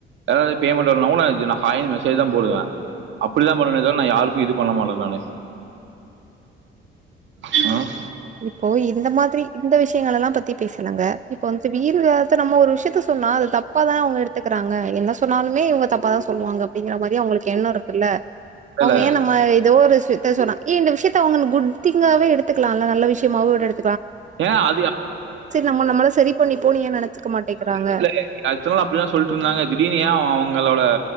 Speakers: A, on the right; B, on the right.
A: ஏதாது பேமெண்ட் வரலனா கூட அதுக்கு ஹாய்னு மெசேஜ்தா போடுவே அப்டிதா பண்ணுவனே தவிர நா யாருக்கு இது பண்ண மாட்ட நானு ம்
B: இப்போ இந்த மாதிரி இந்த விஷயங்கள எல்லா பத்தி பேசலங்க இப்ப வந்து வேறொரு ஆள் ட்ட நம்ம ஒரு விஷயத்த சொன்னா அத தப்பதான அவங்க எடுத்துக்கிறாங்க என்ன சொன்னாலுமே இவங்க தப்பாதா சொல்வாங்க அப்டிங்கற மாரி அவங்களுக்கு எண்ணோ இருக்குல்ல அவங்க
A: இல்ல
B: ஏன் நம்ம ஏதோ ஒரு த்த சொன்னா ஏ இந்த விஷயத்த அவங்க குட் திங்காவே எடுத்துக்கலா ந நல்ல விஷயமாவுகூட எடுத்
A: ஏன் அது
B: நம்ம நம்மள சரி பண்ணிப்போ ஏ நெனச்சுக்க மாட்டேங்கிறாங்க
A: இல்ல அடுத்த அப்படில்லான் சொல்லிட்டு இருந்தாங்க திடீர்னு ஏன் அவுங் களோட